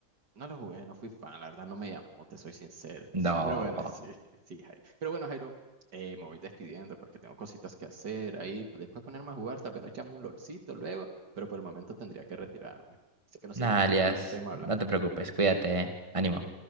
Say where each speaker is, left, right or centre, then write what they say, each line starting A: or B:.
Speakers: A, on the right; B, on the right.
A: No lo jugué, no fui fan, la verdad no me llamó, te soy sincero.
B: No.
A: Pero bueno, <laughs> sí, sí, Jairo. Pero bueno, Jairo, eh, me voy despidiendo porque tengo cositas que hacer ahí. pues, Después ponerme a jugar, tal vez nos echamos un lolcito luego, pero por el momento tendría que retirarme. Así que nos
B: Nada,
A: seguimos
B: Elias,
A: hablando, seguimos hablando.
B: no te preocupes, cuídate, eh. Ánimo.